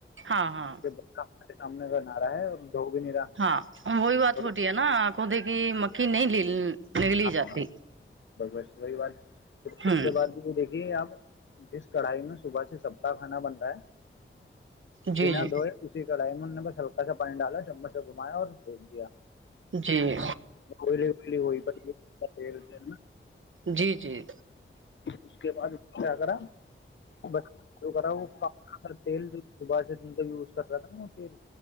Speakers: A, on the right; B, on the left.
A: ہاں ہاں
B: کہ بچہ ہمارے سامنے کا نہا رہا ہے اور دھو بھی نہیں رہا
A: ہاں وہی بات چھوٹی
B: اور
A: ہے نا کوتے کہ مکھی نہیں لل نگلی
B: ہاں
A: جاتی
B: بس بس وہی بات پھر
A: ہوں
B: اس کے بعد بھی دیک یہ آب جس کڑھائی میں صبح سے سب کاہ کھانا بن رہا ہے
A: جی
B: بنا
A: جی
B: دھوئے اسی کڑھائی م ہلکا س پانی ڈالا چم سے گھمایا اور بھیج دیا
A: جی
B: گئلی الی وہی یر د میں
A: جی جی
B: اس کے بعد اس کرا ب جو کرا وہ تیل جو صبح سے دن کا یوز کر رہا تھا نا وہ تیل